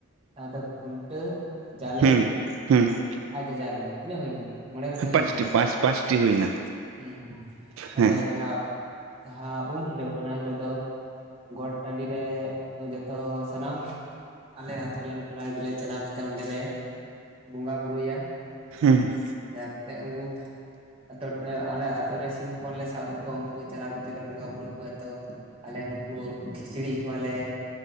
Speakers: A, on the right; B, on the right.
A: ᱛᱟᱨᱯᱚᱛᱮ ᱠᱷᱩᱱᱴᱟᱹ ᱡᱟᱞᱮ,
B: ᱦᱩᱸ ᱦᱩᱸ
A: ᱟᱨ ᱡᱟᱡᱟᱞᱮ ᱛᱤᱱᱟᱹᱜ ᱦᱩᱭᱱᱟ᱾ ᱢᱚᱬᱮ ᱜᱚᱴᱟᱝ ᱦᱩᱭᱱᱟ
B: ᱯᱟᱸᱪᱴᱤ
A: ᱛᱚ,
B: ᱯᱟᱸᱪ ᱯᱟᱸᱪᱴᱤ ᱦᱩᱭᱱᱟ
A: ᱦᱮᱸ-ᱦᱮᱸ ᱛᱟᱦᱞᱮ
B: ᱦᱮᱸ
A: ᱡᱟᱦᱟᱸ, ᱡᱟᱦᱟᱸ ᱩᱢ ᱦᱤᱞᱳᱜ ᱚᱱᱟ ᱦᱤᱞᱳᱜ ᱫᱚ᱾ ᱜᱚᱴ ᱴᱟᱺᱰᱤ ᱨᱮ ᱡᱚᱛᱚ ᱥᱟᱱᱟᱢ, ᱟᱞᱮ ᱟᱛᱳ ᱨᱮᱱ ᱠᱚᱲᱟ ᱜᱤᱫᱽᱨᱟᱹ ᱪᱟᱞᱟᱣ ᱠᱟᱛᱮ ᱚᱸᱰᱮᱞᱮ ᱵᱚᱸᱜᱟ ᱵᱩᱨᱩᱭᱟ᱾
B: ᱦᱮᱸ᱾
A: ᱛᱟᱨᱯᱚᱨᱛᱮ ᱩᱝᱠᱩ, ᱟᱛᱳᱴ ᱮᱸ ᱟᱞᱮ ᱟᱛᱳ ᱨᱮ ᱥᱤᱢ ᱦᱚᱯᱚᱱ ᱞᱮ ᱥᱟᱜ ᱠᱟᱠᱚᱣᱟ ᱩᱱᱠᱩ ᱪᱟᱞᱟᱣ ᱠᱟᱛᱮᱜ ᱞᱮ ᱵᱚᱸᱜᱟ ᱵᱩᱨᱩ ᱠᱚᱣᱟ ᱛᱚ᱾ ᱟᱞᱮ ᱩᱝᱠᱩ ᱠᱷᱤᱪᱲᱤ ᱠᱚᱣᱟᱞᱮ᱾